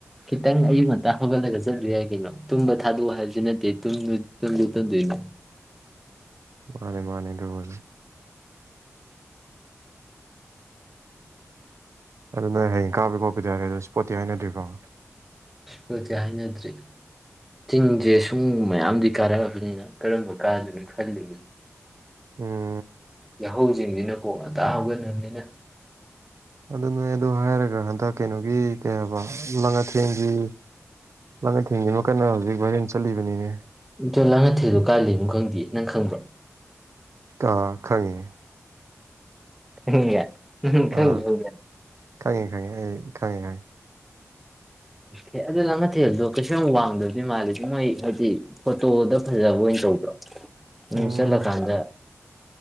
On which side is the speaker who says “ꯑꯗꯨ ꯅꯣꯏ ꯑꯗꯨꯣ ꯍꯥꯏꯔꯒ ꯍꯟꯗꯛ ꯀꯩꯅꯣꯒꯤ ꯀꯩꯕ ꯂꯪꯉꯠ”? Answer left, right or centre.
Right